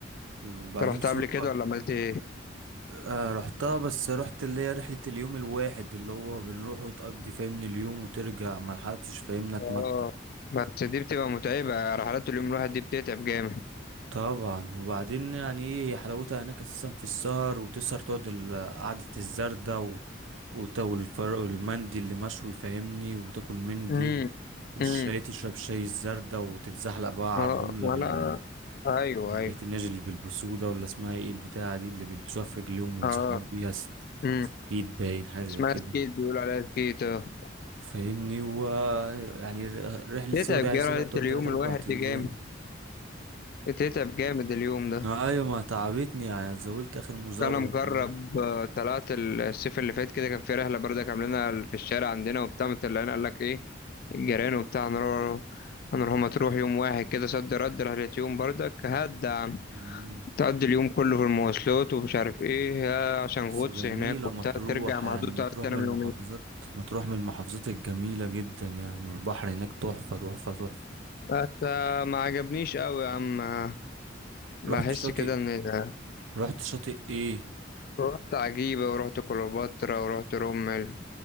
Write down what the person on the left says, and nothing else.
انت رحت
قبل كده ولا عملت ايه؟
اه بس دي بتبقى متعبة رحلات اليوم الواحد دي بتتعب جامد
امم
امم
اه
ولا
ايوه
ايوه
اه
امم
اسمها
سكيت بيقولوا عليها سكيت اه
تتعب
جامد
اليوم
الواحد
دي جامد بتتعب جامد اليوم ده
انا مجرب
آه، طلعت الصيف اللي فات كده كان في رحله بردك عاملينها في الشارع عندنا وبتاع مطلعين قال لك ايه الجيران وبتاع هنروح هنروح مطروح يوم واحد كده صد رد رحله يوم بردك هاد يا عم
تقضي اليوم كله في المواصلات ومش عارف ايه آه، عشان
غطس
هناك وبتاع
ترجع مهدود
تقعد تنام
يومين
بس آه، ما عجبنيش قوي يا عم آه، بحس
كده ان آه،
رحت عجيبة ورحت كليوباترا ورحت رمل